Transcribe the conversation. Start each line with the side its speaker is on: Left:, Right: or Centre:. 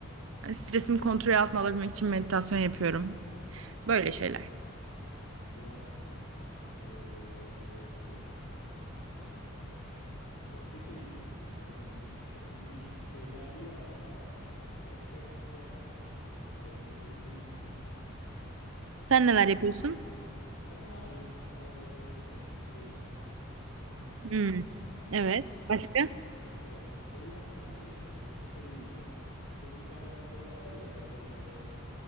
Right: e, stresimi kontrol altına alabilmek için meditasyon yapıyorum. Böyle şeyler.
Left: sen biraz eee, şeysin ya bu konularda. Sosyete gibisin yani ne bileyim. Çok niş şeyler değil aslında ama gerçek hayatta biz yapmadığımız için böyle şeyleri niş gibi geldi.
Right: Sen neler yapıyorsun?
Left: Ben ne yapayım? Ben de oturdum öyle işte çay içiyorum. <laughs>
Right: Hmm,
Left: <laughs>
Right: evet. Başka?
Left: Başka bir şey yapmıyorum. Çay içiyorum öyle dışarıyı izliyorum. Bu bir tane fotoğraf var ya eee,